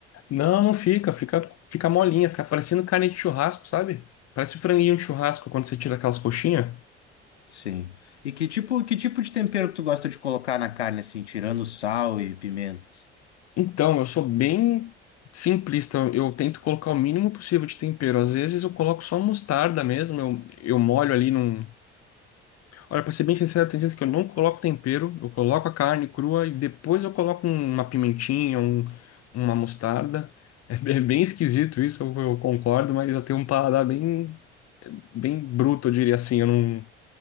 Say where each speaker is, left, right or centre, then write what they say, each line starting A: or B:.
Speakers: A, on the left; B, on the left.
A: Não, não fica. Fica, fica molinha. Fica parecendo carne de churrasco, sabe? Parece franguinho de churrasco quando você tira aquelas coxinhas.
B: Sim. E que tipo, que tipo de tempero que tu gosta de colocar na carne, assim, tirando sal e pimentas?
A: Então, eu sou bem simplista. Eu tento colocar o mínimo possível de tempero. Às vezes eu coloco só mostarda mesmo. Eu, eu molho ali num. Olha, pra ser bem sincero, tem vezes que eu não coloco tempero. Eu coloco a carne crua e depois eu coloco um- uma pimentinha, um- uma mostarda. <laughs> É, bem é bem esquisito isso, eu, eu concordo, mas eu tenho um paladar bem, bem bruto, eu diria assim. Eu não...